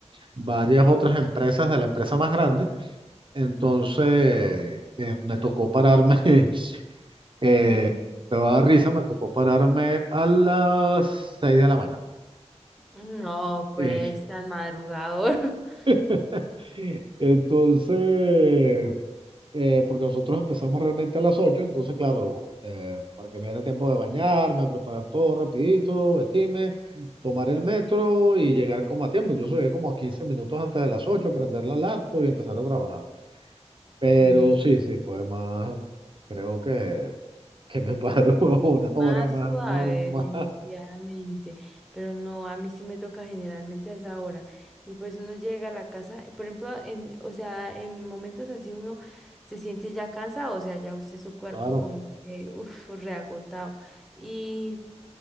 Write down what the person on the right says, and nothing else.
varias otras empresas de la empresa más grande. Entonces, eh, me tocó pararme <laughs> Eh,
te va a dar risa, me tocó pararme a las 6 de la mañana.
Eh,
<laughs> Entonces, eh, porque nosotros empezamos realmente a las ocho entonces, claro, eh, para que me diera tiempo de bañarme, preparar todo rapidito, vestirme, tomar el metro y llegar como a tiempo. Incluso llegué como a 15 minutos antes de las 8, prender la laptop y empezar a trabajar. Pero
sí, sí, fue más, creo que, que me paró <laughs> una
hora más
normal,
claro.